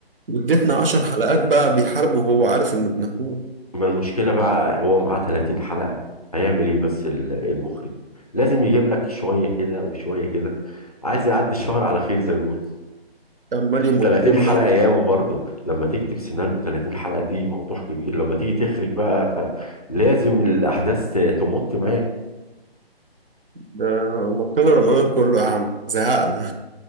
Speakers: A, on the right; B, on the left.
A: واديتنا عشر حلقات بقى بيحاربه وهو عارف إنه ابن أخوه
B: ما المشكلة بقى هو معاه 30 حلقة هيعمل ايه بس ال- المخرج لازم يجيب لك شوية كده وشوية كده عايز يعدي الشهر على خير زي ما بيقولوا
A: عمال يمط
B: 30
A: لنا
B: حلقة ياما برضه لما تكتب سيناريو 30 حلقة دي موضوع كبير لما تيجي تخرج بقى فلازم الأحداث تمط معاك
A: ده مط لنا رمضان كله يا عم زهقنا